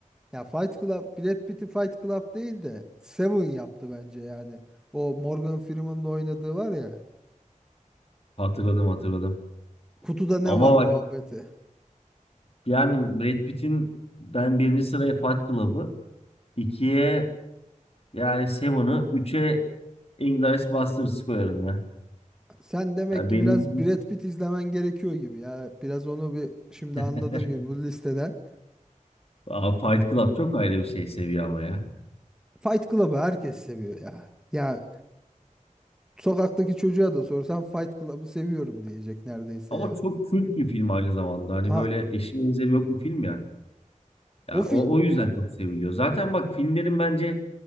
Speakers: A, in the centre; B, on the left.
A: Ya Fight Club, Brad Pitt'i Fight Club değil de Seven yaptı bence yani. O Morgan Freeman'ın oynadığı var ya.
B: Hatırladım hatırladım.
A: Kutuda ne
B: Ama
A: var muhabbeti.
B: bak. Yani Brad Pitt'in ben birinci sıraya Fight Club'ı, ikiye yani Seven'ı, üçe Inglourious Basterds'ı koyarım ya.
A: Sen demek
B: Ya
A: ki
B: benim
A: biraz Brad Pitt izlemen gerekiyor gibi ya. Biraz onu bir şimdi anladığım
B: <laughs>
A: gibi bu listeden.
B: Aa, Fight Club çok ayrı bir şey seviye ama ya.
A: Fight Club'ı herkes seviyor ya. Ya sokaktaki çocuğa da sorsan Fight Club'ı seviyorum diyecek neredeyse
B: Ama
A: ya.
B: çok kült bir film aynı zamanda. Hani
A: Ha,
B: böyle eşi benzeri yok bir film ya. Ya
A: o film.
B: o, o yüzden çok seviliyor. Zaten bak filmlerin bence